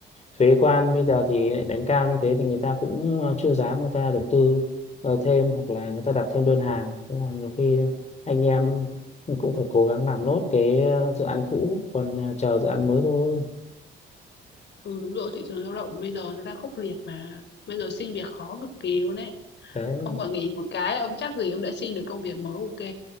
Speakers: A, on the left; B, on the left.
A: thuế quan bây giờ thì lại đánh cao như thế thì người ta cũng ờ, chưa dám người ta đầu tư ờ, thêm hoặc là người ta đặt thêm đơn hàng thế là nhiều khi anh em cũng phải cố gắng làm nốt cái ờ, dự án cũ còn ờ, chờ dự án mới thôi
B: ừ đúng rồi, thị trường lao động bây giờ nó đang khốc liệt mà. Bây giờ xin việc khó cực kỳ luôn ấy.
A: đấy
B: Ông mà nghỉ một cái, ông chắc gì ông đã xin được công việc mới OK.